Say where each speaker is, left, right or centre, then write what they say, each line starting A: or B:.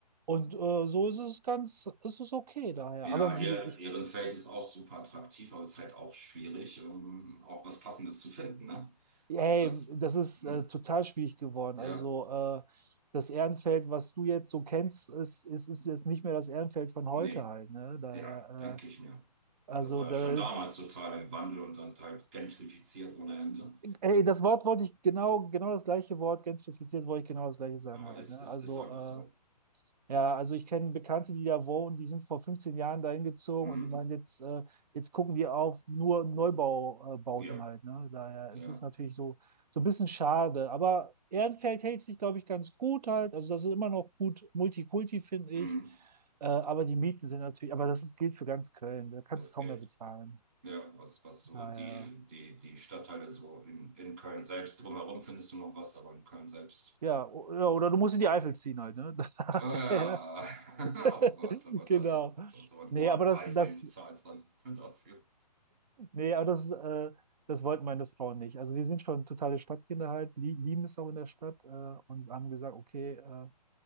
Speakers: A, on the right; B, on the right.
A: und äh, so ist es ganz, ist es okay daher.
B: Ja,
A: Aber
B: ihr,
A: wie, gesagt, ich,
B: ihren Feld ist auch super attraktiv, aber es ist halt auch schwierig, um auch was Passendes zu finden, ne?
A: hey,
B: Das,
A: das ist
B: hm.
A: äh, total schwierig geworden.
B: Ja,
A: Also äh, das Ehrenfeld, was du jetzt so kennst, ist, ist, ist jetzt nicht mehr das Ehrenfeld von
B: nee.
A: heute halt, ne? Daher.
B: Ja, denke
A: Äh,
B: ich mir.
A: Also
B: Das war
A: da
B: ja schon damals
A: ist,
B: total im Wandel und dann halt gentrifiziert ohne Ende.
A: ey, das Wort wollte ich genau, genau das gleiche Wort, gentrifiziert wollte ich genau das gleiche sagen
B: Aber
A: halt,
B: es,
A: ne?
B: es
A: Also,
B: ist einfach
A: äh,
B: so.
A: ja, also ich kenne Bekannte, die da wohnen, die sind vor 15 Jahren dahin gezogen
B: Mhm.
A: und die meinen jetzt, äh, jetzt gucken die auf nur Neubaubauten
B: Ja,
A: halt, ne? Daher
B: ja.
A: ist es natürlich so, so ein bisschen schade, aber Ehrenfeld hält sich, glaube ich, ganz gut halt, also das ist immer noch gut Multikulti, finde ich,
B: Mhm.
A: äh, aber die Mieten sind natürlich, aber das ist, gilt für ganz Köln, da kannst
B: Das
A: du kaum
B: geht.
A: mehr bezahlen,
B: Ja, was, was so
A: daher...
B: die, die, die Stadtteile so in, in Köln selbst drumherum findest du noch was, aber in Köln selbst.
A: Ja, o- ja, oder du musst in die Eifel ziehen halt, ne? <laughs> Das,
B: Ah,
A: Ja, <laughs>
B: <laughs> ja. Oh Gott, aber
A: Genau.
B: da ist, aber, da ist aber ein
A: Nee,
B: hoher
A: aber
B: Preis,
A: das, das,
B: den du zahlst dann <laughs> dafür.
A: nee, aber das, äh, das wollten meine Frauen nicht. Also wir sind schon totale Stadtkinder halt, lie- lieben es auch in der Stadt äh, und haben gesagt, okay, äh,